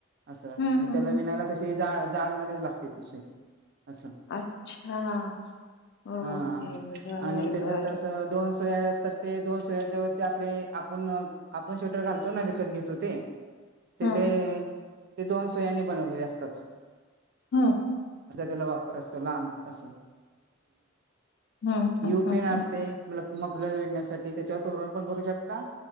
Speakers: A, on the right (about 55°); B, on the left (about 60°).
A: असं
B: हम्म हम्म
A: मग त्याला
B: हम्म
A: विनायला तशी जा जाड मध्येच लागते ती सुई असं
B: अच्छा ओके
A: हा
B: बरं
A: आणि त्याच्यात
B: बरं
A: अस दोन सुया अस सत ते दोन सोयाच्या वरचे आपले आपण आपण शटर घालतो ना विकत घेतो ते तेथे
B: हं
A: ते दोन सोयानी बनवलेले असतात
B: हम
A: असचा त्याला वापर असतो लांब असं.
B: हं
A: यू
B: हं हं
A: पीन असते
B: हं
A: मफलर विणण्यासाठी त्याच्यावर तोरण पण करू शकता.